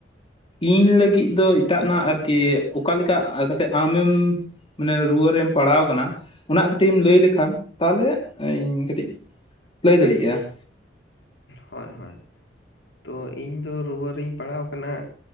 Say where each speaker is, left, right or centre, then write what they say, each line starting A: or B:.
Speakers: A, on the left; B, on the left.
A: ᱤᱧ ᱞᱟᱹᱜᱤᱫ ᱫᱚ ᱮᱴᱟᱜᱱᱟᱜ ᱟᱨᱠᱤ ᱚᱠᱟ ᱞᱮᱠᱟ ᱠᱟᱛᱮ ᱟᱢᱮᱢ ᱢᱟᱱᱮ ᱨᱩᱣᱟᱹᱨᱮᱢ ᱯᱟᱲᱟᱣ ᱠᱟᱱᱟ ᱚᱱᱟ ᱠᱟᱹᱴᱤᱜ ᱮᱢ ᱞᱟᱹᱭ ᱞᱮᱠᱷᱟᱱ ᱛᱟᱦᱚᱞᱮ ᱤᱧ ᱠᱟᱹᱴᱤᱡ ᱞᱟᱹᱭ ᱫᱟᱲᱮᱜᱼᱟ᱾
B: ᱦᱚᱭ ᱦᱚᱭ ᱛᱚ ᱤᱧ ᱫᱚ ᱨᱩᱣᱟᱹᱨᱤᱧ ᱯᱟᱲᱟᱣ ᱠᱟᱱᱟ᱾